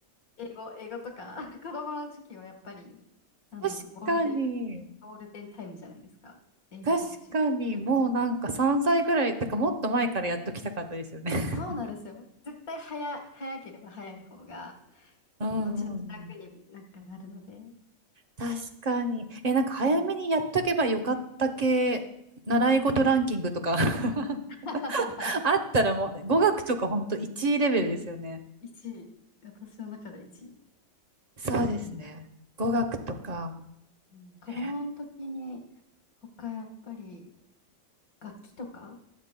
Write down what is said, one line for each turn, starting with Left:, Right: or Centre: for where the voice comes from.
Left: 英語、英語とか、<laughs> 子供の時期はやっぱり、なんだろう、
Right: ー、確かに。
Left: ゴールデン、ゴールデンタイムじゃないですか。英語学習するとしたら。
Right: 確かに、もうなんか3歳ぐらい、とかもっと前からやっときたかったですよね。<laughs>
Left: そうなんですよ。絶対早、早ければ早い方が、
Right: うんうんうん
Left: 後々楽になんかなるので。
Right: 確かに。え、なんか早めにやっとけばよかった系、
Left: うん。
Right: 習い事ランキングとか
Left: うん。
Right: <laughs>
Left: <laughs>
Right: あったらもう、語学とかほんと1レベルですよね。
Left: うん。1位。私の中で1位。
Right: そうですね。
Left: うん
Right: 語学とか、
Left: うん、子供の時に、
Right: え
Left: 他やっぱり楽器とか、